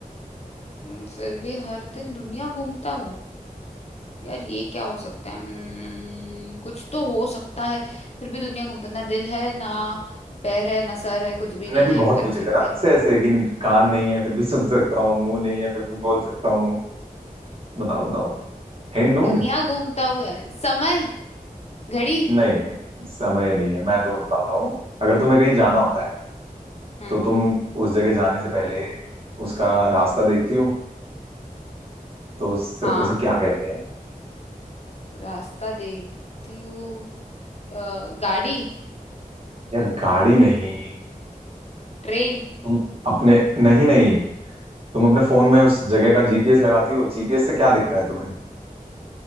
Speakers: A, on the left (about 45°); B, on the right (about 40°).
A: हम्म, फिर भी हर दिन दुनिया घूमता हूँ यार ये क्या हो सकता है हम्म, कुछ तो हो सकता है फिर भी दुनिया घूमता ना दिल है ना पैर है ना सर है कुछ भी
B: तुमने
A: नहीं
B: भी
A: है
B: बहुत
A: पर
B: पूछे
A: फिर
B: थे
A: भी
B: ना मुझसे ऐसे कि कान नहीं है फिर भी सुन सकता हूँ मुंह नहीं है फिर भी बोल सकता हूँ बताओ बताओ हिंट दूँ
A: दुनिया घूमता हूँ यार समय घड़ी
B: नहीं नहीं समय नहीं है मैं तुम्हें बताता हूँ अगर तुम्हें कहीं जाना होता है
A: हम्म
B: तो तुम उस जगह जाने से पहले उसका रास्ता देखती हो तो उससे
A: हाँ
B: उसे क्या कहते हैं
A: रास्ता देखती हूँ अ, गाड़ी
B: यार गाड़ी नहीं
A: ट्रेन
B: तुम अपने नहीं नहीं तुम अपने फोन में उस जगह का जीपीएस लगाती हो जीपीएस से क्या दिखता है तुम्हें